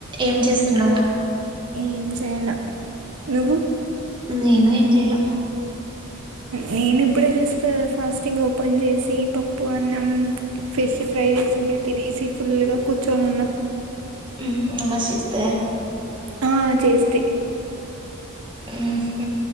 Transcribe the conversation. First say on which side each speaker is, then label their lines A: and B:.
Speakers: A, on the right; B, on the right.
A: ఏం చేస్తున్నావు
B: ఏం చేయలే నువ్వు
A: నేను ఏం చేయలా
B: నేను ఇప్పుడే జస్ట్ ఫాస్టింగ్ ఓపెన్ చేసి పప్పు అన్నం ఫిష్ ఫ్రై చేసింటే తినేసి ఫుల్ గా కూర్చోనున్న
A: మ్హు నామజ్ చేస్తీవా
B: ఆ చేస్తి
A: హు మ్